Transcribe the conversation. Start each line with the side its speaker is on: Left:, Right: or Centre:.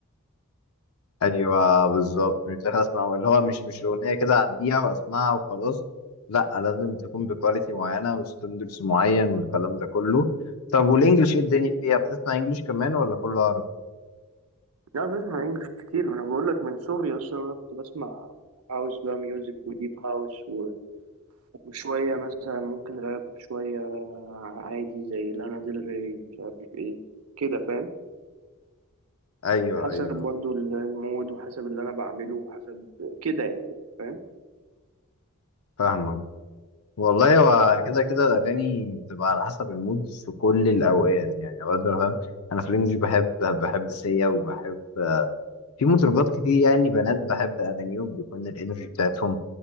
Left: ايوه بالظبط مش داخل اسمع اللي هو مش مش اغنيه كده اعديها واسمعها وخلاص لا لازم تكون بكواليتي معينه وستاندرز معين والكلام ده كله طب والانجليش ايه الدنيا فيها بتسمع انجليش كمان ولا كله عربي
Right: لا بسمع انجلش كتير ما انا بقول لك من صغري اصلا انا كنت بسمع هاوس بقى ميوزك وديب هاوس و- وشويه مثلا ممكن راب شويه عادي زي لانا ديل ري مش عارف ايه كده فاهم
Left: ايوه
Right: حسب
Left: ايوه
Right: برضو المود وحسب اللي انا بعمله وحسب كده يعني فاهم
Left: فاهمك والله هو كده كده الأغاني بتبقى على حسب المود في كل الأوقات يعني أوقات أنا فاهم أنا في الإنجليش بحب بحب سيا وبحب في مطربات كتير يعني بنات بحب أغانيهم بيكون الإنرجي بتاعتهم